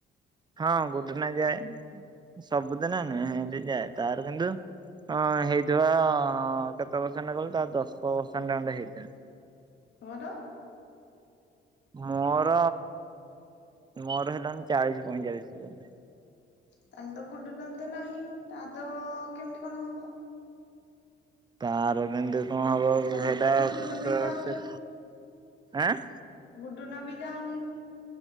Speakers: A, on the right; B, on the left.
A: ହଁ ଗୁଡ଼ୁନା ଯାଏ, ସବୁଦିନ ନୁହେ, ହେମତି ଯାଏ। ତାର କିନ୍ତୁ ହଁ ହେଇଥିବ କେତେ ପରସେଣ୍ଟ କହିଲୁ ତା ଦଶ ପରସେଣ୍ଟ ଖଣ୍ଡେ ହେଇଥିବ।
B: ତୋର?
A: ମୋର ମୋର ହେଲାଣି ଚାଳିଶ ପଇଁଚାଳିଶ ପର୍ସେଣ୍ଟ।
B: ତାହେଲେ ତ ଗୁଡୁନାନ୍ତ ନାହିଁ ତାର ତ କେମିତି କଣ ହବ?
A: ତାର କେମିତି କଣ ହବ
B: ତାପରେ
A: ସେଟା
B: ତ ଗୁଡୁନ
A: ତ
B: ବି ଯାଉନି
A: ସେ ଆଁ,
B: ଗୁଡ଼ୁନା ବି ଯାଉନି।